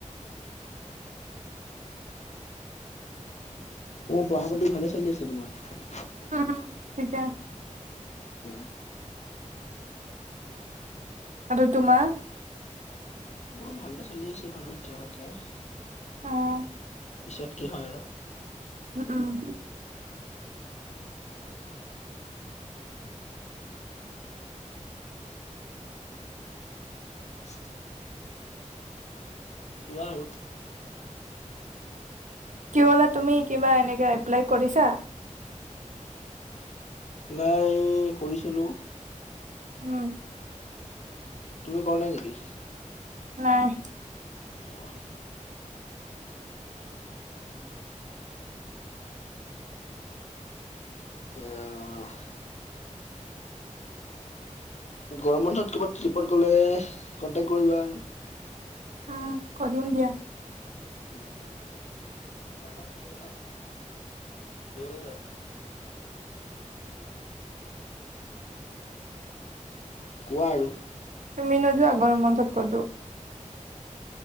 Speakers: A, on the left (about 60°); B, on the right (about 70°).
A: এনে পঢ়া-পাতি ভালে চলি আছে তোমাৰ?
B: <inaudible>
A: অহ।
B: আৰু তোমাৰ?
A: মোৰ ভালে চলি আছে বাৰু এতিয়ালৈকে।
B: উম
A: পিছত কি হয় আৰু।
B: উম, উম।
A: <inaudible> কোৱা আৰু।
B: কি হলা তুমি কিবা এনেকে এপ্লাই কৰিছা।
A: নাই কৰিছিলো।
B: উম।
A: তুমি কৰা নাই নেকি।
B: নাই।
A: আহ। ই আহ। গৰম বন্ধত কিবাত ট্ৰিপত গ'লে কন্টেক্ কৰিবা আৰু।
B: অ', কৰিম দিয়া।
A: <unintelligible> কোৱা আৰু।
B: তুমি নোযোৱা গৰম বন্ধত ক'তো।